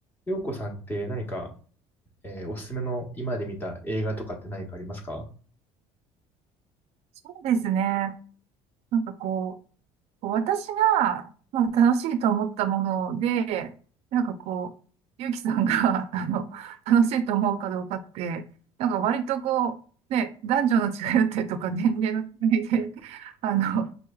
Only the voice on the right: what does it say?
そうですね。なんかこう、私が、まあ、楽しいと思ったもので、なんかこう、ゆうきさんが、<laughs> あの、楽しいと思うかどうかって、なんか割とこう、ね、男女の違いだったりとか、年齢の違いで、<laughs> あの、